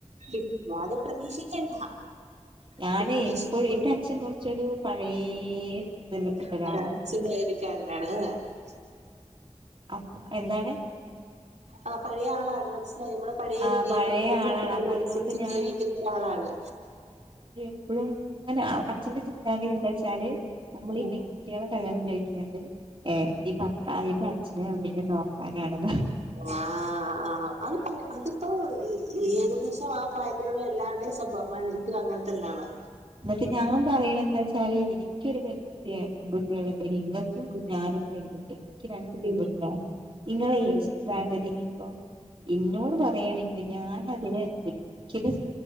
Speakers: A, on the right; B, on the right.
A: കിട്ട അത് പ്രതീക്ഷിക്കണ്ട
B: ഞാന്
A: അത് പ്രതീക്ഷിക്ക
B: എപ്പോഴും എന്റെ അച്ഛൻ കുറച്ചൊരു പഴയ ഇതിൽപ്പെട്ട
A: <unintelligible>
B: ഒരാളാണ് അഹ് എന്താണ്
A: ആഹ് പഴയ ആളാണ് മനസ്സിലായി നമ്മള പഴയ
B: ആഹ്
A: നിയമങ്ങളും
B: പഴയ
A: ചിട്ടകളും
B: ആളാണ് അപ്പൊ
A: അനുസരിച്ച്
B: അതിനോണ്ട് ഞാന്
A: ജീവിക്കുന്ന ഒരാളാണ്
B: ഇപ്പോഴും അങ്ങനെ അച്ഛന്റെ ചിന്താഗതി എന്താ വെച്ചാല് നമ്മൾ ഈ
A: ഉം
B: പെൺകുട്ടികളെ കല്യാണം കഴിക്കും ത് ഈ ഭർത്താവിന്റെ അച്ഛനും അമ്മേനും നോക്കാനാണെന്നാ
A: ആഹ് ആഹ് അത് അത് പോ ഈ ഏകദേശം ആഹ് പ്രായത്തിലുള്ള എല്ലാവരുടെയും സ്വഭാവം ഇത് അങ്ങനെ തന്നെയാണ്
B: എന്നിട്ട് ഞാൻ പറയണ എന്താ വച്ചാല് ഇനി എനിക്കൊരു പെൺകുട്ടിയ പെൺകുട്ടികള നിങ്ങൾക്കും
A: ഉം
B: ഞാനും പെൺകുട്ടിയാണ് എനിക്ക് രണ്ട് പെൺകുട്ടികളാണ്
A: ഉം
B: നിങ്ങള ഈ
A: ഉം
B: ചിന്താഗതി ഇപ്പ ഇന്നോട് പറയായാണെങ്കില് ഞാൻ പിന്നെ ഒരിക്കല